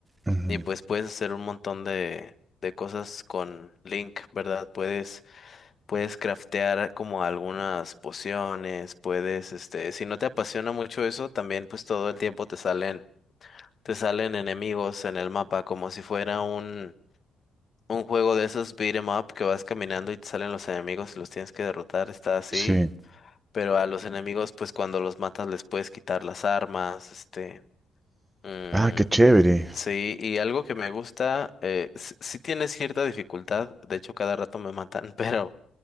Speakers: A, on the right (about 15°); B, on the left (about 45°).
A: Ujú.
B: Y pues puedes hacer un montón de, de cosas con Link, ¿verdad? Puedes, puedes craftear como algunas pociones, puedes, este, si no te apasiona mucho eso, también pues todo el tiempo te salen, te salen enemigos en el mapa, como si fuera un, un juego de esos beat 'em up que vas caminando y te salen los enemigos y los tienes que derrotar, está así.
A: Sí.
B: Pero a los enemigos, pues cuando los matas les puedes quitar las armas, este. mm,
A: Ah, qué chévere.
B: Sí, y algo que me gusta, eh, s- sí tiene cierta dificultad, de hecho cada rato me matan, <laughs> pero